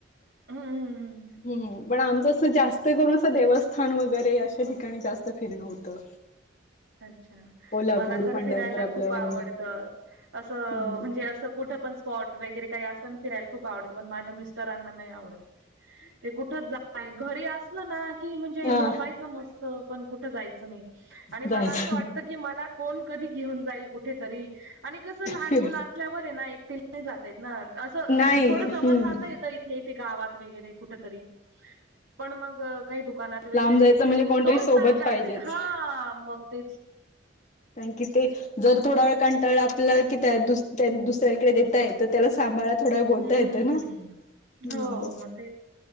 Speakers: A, on the right; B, on the left.
A: हम् हम हम
B: हम्म पण आमचं अस जास्त करून असं देवस्थान वगैरे अशा ठिकाणी जास्त फिरणं होतं.
A: अच्छा
B: कोल्हापूर
A: मला तर
B: पंढरपूर
A: फिरायला
B: आपलं
A: खूप आवडतं
B: हे
A: असं
B: हम्म
A: म्हणजे असं कुठ पण स्पॉट वगैरे काही असताना फिरायला खूप आवडत पण माझ्या मिस्टरांना नाही आवडत. ते कुठ घरी असलं ना की म्हणजे
B: हा
A: झोपायचं मस्त पण कुठ जायचं नाही आणि मला
B: जायचं
A: असं वाटत. की मला कोण कधी घेऊन जाईल कुठेतरी आणि कसं लहान
B: फिर
A: मुलं असल्यावर आहे ना एकटी जातयेत ना असं
B: नाही
A: थोडं जवळ
B: हम्म
A: जातयेत. तेे गावात वगैरे कुठ तरी पण मग काही दुकानात वगैरे
B: लांब जायचं
A: पण
B: म्हणजे कोणतरी
A: दोन
B: सोबत
A: तास जास्त
B: पाहिजेच
A: हा मग तेच
B: काय की ते जर थोडा वेळ कंटाळा आपल्या कि दुसऱ्यांकडे देतय तर त्याला सांभाळ थोड्या
A: हम्म
B: बोलता येत ना हम्
A: हो मग तेच